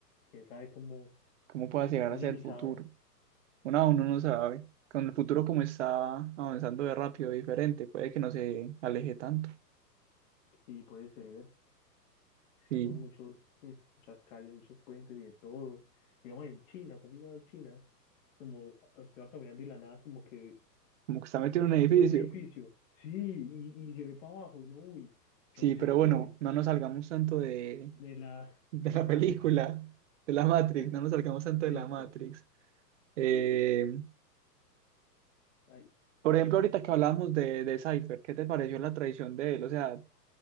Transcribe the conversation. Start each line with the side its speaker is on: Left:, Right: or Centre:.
Left: ¿Quién sabe cómo?
Right: ¿cómo pueda llegar
Left: No,
Right: hacia
Left: ya ni
Right: el futuro?
Left: sabe.
Right: Uno aún no sabe. Con el futuro como está avanzando de rápido, diferente, puede que no se aleje tanto.
Left: Sí, puede ser.
Right: Y
Left: Sí, son muchos, mm, muchas calles, muchos puentes y de todo. Digamos en China, ¿usted ha pillado China? Como a- usted va caminando y la nada, como que
Right: como que está metido
Left: usted está
Right: en un edificio.
Left: como en un edificio, sí, y, y se ve para abajo, y no, uy, ¿yo
Right: Sí,
Left: dónde
Right: pero
Left: estoy?
Right: bueno, no nos salgamos tanto de,
Left: De la,
Right: de
Left: de
Right: la
Left: la Matrix.
Right: película, de la Matrix,
Left: <laughs>
Right: no nos salgamos tanto
Left: Listo.
Right: de la Matrix. Eh,
Left: Ay.
Right: por ejemplo, ahorita que hablamos de, de Cypher, ¿qué te pareció la traición de él? O sea,